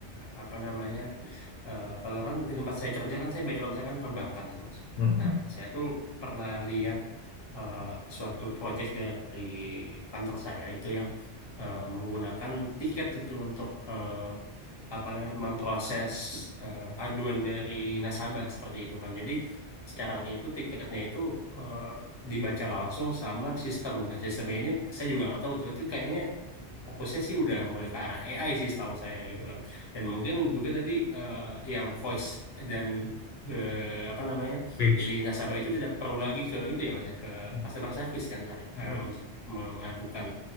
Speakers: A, on the left; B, on the left.
A: apa namanya? eh, kalau kan di tempat saya kerja kan saya background saya kan perbankan itu, Mas.
B: Hmm.
A: Nah, saya tuh pernah lihat eh, suatu project dari kantor saya itu yang eh, menggunakan tiket itu untuk eh, apa namanya, memproses eh, aduan dari nasabah seperti itu kan. Jadi sekarang itu tiketnya itu eh, dibaca langsung sama sistem gitu. Sistemnya ini saya juga nggak tahu tuh itu kayaknya fokusnya sih udah mulai ke arah AI sih setahu saya gitu kan. Dan mungkin juga tadi eh, yang voice dan eh, apa namanya?
B: Reach.
A: Jadi nasabah itu tidak perlu lagi ke itu ya Mas ya ke
B: Hmm.
A: customer service kan harus
B: Hmm.
A: eh, untuk mengadukan